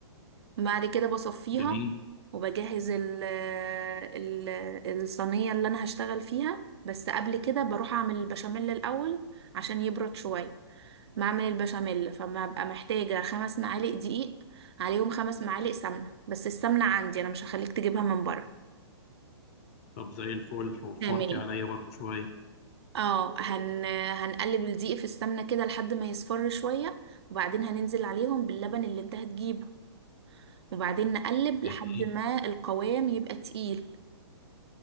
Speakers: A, on the right; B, on the left.
A: بعد كده بصفيها
B: جميل
A: وبجهز ال ال الصينية اللي انا هشتغل فيها بس قبل كده بروح اعمل البشاميل الاول عشان يبرد شوية بعمل البشاميل فما ببقى محتاجة خمس معالق دقيق عليهم خمس معالق سمنة بس السمنة عندي أنا مش هخليك تجيبها من بره
B: طب زي الفل وفرتي
A: تمام
B: عليا برضو شويه
A: اه هن... هنقلب الدقيق في السمنة كده لحد ما يصفر شوية وبعدين هننزل عليهم باللبن اللي انت هتجيبه وبعدين نقلب
B: جميل
A: لحد ما القوام يبقى تقيل